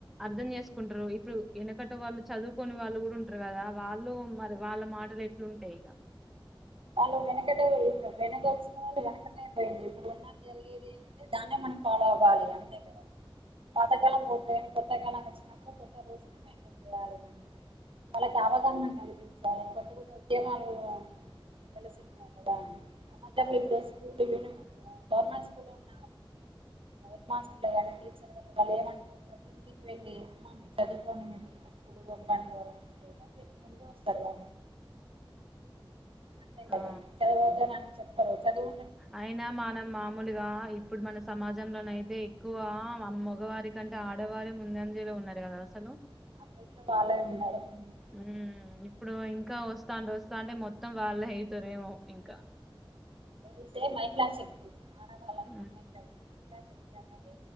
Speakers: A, in the centre; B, on the right.
A: అర్థం చేసుకుంట్రు ఇ ప్పుడు ఎనకటి వాళ్ళు చదువుకోని వాళ్ళు కూడా ఉంట్రరు కదా వాళ్ళు మరి వాళ్ళ మాటలు ఎట్లుంటాయ్ ఇగ
B: ఆళ్ళు వెనకటోళ్ళు వెనక వచ్చిన వాళ్ళు వెనకనే పోయింది ఇప్పుడు ఉన్న జరిగేది ఏం ఉం దాన్నే మనం ఫాలో అవ్వాలి అంతే కద పాతకలం బోతే కొత్తకలం వచ్చినప్పుడు కొత్త రూల్స్ ని ఎన్కరేజ్ చేయలి మనం వాళ్ళకి అవగాహన కల్పించాలి కొత్త కొత్త ఉద్యోగాలు వెలసిన్నే కదా సమాజం లో ఇప్పుడు స్కూల్ యుని మాత్రమ్ గవర్నమెంట్ స్కూల్లో ఉన్నా. హెడ్ మాస్టర్లు గాని టీచర్లు గాని వాళ్ళు ఏమన్కుంట్రు ఇంటికి వెళ్ళి అమ్మా మీరు చదువుకోండి మీ పిల్లల్ని స్కూల్ పంపండి గవర్నమెంట్ స్కూల్ ఇలా చెప్పుకుంటు వస్తారు గా అంతే కదా
A: ఆ
B: చదవద్దని అని చెప్పరు చదువు
A: అయినా మనం మాములుగా ఇ ఇప్పుడు మన సమాజంలోనైతే ఎక్కువ అ మగవారి కంటే ఆడవారే ముందుఅంజెలో ఉన్నారు కదా అసలు.
B: అన్నిటిలో వాళే ఉన్నారు ముందు ఉన్నారు.
A: ఉమ్ ఇప్పుడు ఇంకా వస్తాంటే వస్తాంటే మొత్తం వాళ్ళు అవుతారేమో ఇంకా
B: ఏసే మహిలా శక్తి ఆడవాళ్ళంటే
A: ఆ
B: మహిళలు మహిళా శక్తి అనేది